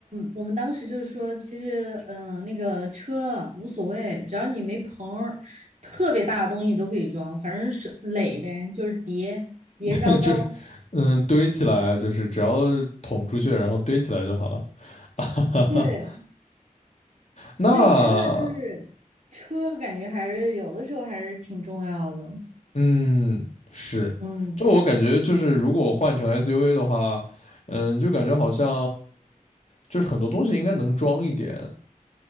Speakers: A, on the right; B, on the left.
A: 我们当时就是说，其实嗯、呃那个车无所谓，只要你没棚儿特别大的东西都可以装，反正是垒呗，就是叠叠高高。
B: <laughs> 对，就是嗯，堆起来，就是只要捅出去，然后堆起来就好了。<laughs>
A: 对，
B: 那
A: 所以真的就是车，感觉还是有的时候还是挺重要的。
B: 嗯是，
A: 嗯，
B: 就我感觉就是如果换成 SUV 的话，嗯，就感觉好像就是很多东西应该能装一点，